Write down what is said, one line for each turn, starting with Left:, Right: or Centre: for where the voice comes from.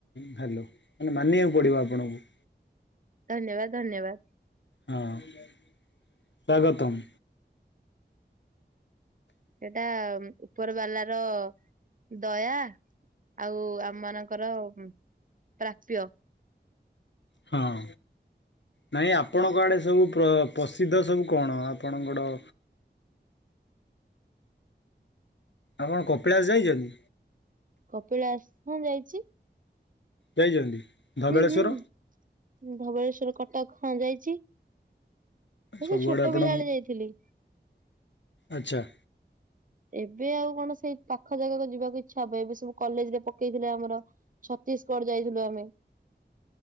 Left: ହ୍ୟାଲୋ ମାନେ ମାନିବାକୁ ପଡ଼ିବ ଆପଣଙ୍କୁ।
Right: ଧନ୍ୟବାଦ ଧନ୍ୟବାଦ
Left: ହଁ ସ୍ୱାଗତମ୍।
Right: ସେଇଟା ଉପର ବାଲାର ଦୟା। ଆଉ ଆମ ମାନଙ୍କର ପ୍ରାପ୍ୟ।
Left: ହଁ। ନହିଁ ଆପଣଙ୍କ ଆଡ଼େ ସବୁ ପ୍ରସିଦ୍ଧ ସବୁ କଣ ଆପଣଙ୍କର ଆପଣ କପିଳାସ ଯାଇଛନ୍ତି?
Right: କପିଳାସ ହଁ ଯାଇଛି।
Left: ଯାଇଛନ୍ତି? ଧବଳେଶ୍ୱର
Right: ହୁଁ, ହୁଁ ଧବଳେଶ୍ଵର କଟକ, ହଁ ଯାଇଛି।
Left: ସବୁଆଡ଼େ
Right: ସେ ଛୋଟ
Left: ଆପଣ
Right: ପିଲାବେେଳେ ଯାଇଥିଲି।
Left: ଆଚ୍ଛା।
Right: ଏବେ ଆଉ କଣ ସେଇ ପାଖ ଜାଗାକ ଯିବାକୁ ଇଚ୍ଛା ହବ ଏବେ ସବୁ କଲେଜ ରେ ପକେଇଥିଲେ ଆମର ଛତିଶଗଡ ଯାଇଥିଲୁ ଆମେ।